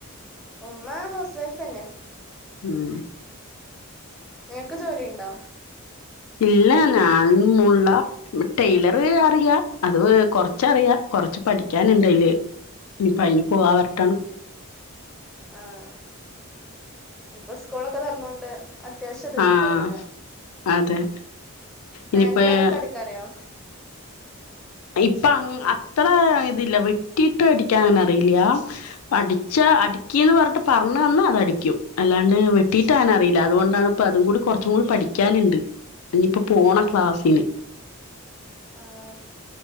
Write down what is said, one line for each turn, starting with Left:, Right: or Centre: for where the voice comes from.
Centre: ഉമ്മ ഹൗസ് വൈഫ്നെ
Left: ഉം
Centre: നീക്ക് ജോലി ണ്ടോ?
Left: ഇല്ല ഞാൻ മോള്ള ടെയിലർ അറിയ അത് കൊറച്ചറിയാ കൊറച്ച് പഠിക്കാന്ണ്ടയ്ല്. ഇനിയിപ്പ അയിന് പോവാ വര്ട്ടാണ്
Centre: ആഹ് ഇപ്പൊ സ്കൂളൊക്കെ തൊറന്നോണ്ട് അത്യാവശ്യം അത് കിട്ടല്ലോലെ
Left: ആഹ് അതെ
Centre: പാന്റും
Left: ഇനിയിപ്പോ
Centre: അതൊക്കെ അടിക്കാറിയോ
Left: ഇപ്പൊ അങ്ങ് അത്ര ഇതില്ല വെട്ടിട്ടു അടിക്കാ അങ്ങനെ അറിയില്ല്യാ അടിച്ചാ അടിക്കിന്ന് പർണ്ട്ട്ട് പർണന്നാ അത് അടിക്കും അല്ലാണ്ട് വെട്ടിട്ട് ആനറിയില അതുകൊണ്ടാണ് പ്പ അതും കൂടി കൊറച്ചു കൂടി പഠിക്കാന്ണ്ട് ഇനിപ്പോ പോണം
Centre: ആഹ്
Left: ക്ലാസ്സിന്.
Centre: ആഹ്